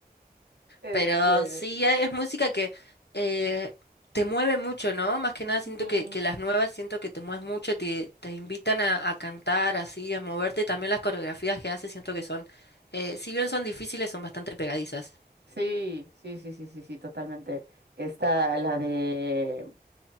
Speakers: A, on the right; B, on the left.
A: <laughs> este,
B: Pero sí, eh, es música que eh, te mueve mucho, ¿no? Más que nada siento
A: mm,
B: que, que las nuevas siento que te mueves mucho, te, te invitan a, a cantar así, a moverte. También las coreografías que haces siento que son, eh, si bien son difíciles, son bastante pegadizas.
A: sí, sí, sí, sí, sí, sí, totalmente. Está la de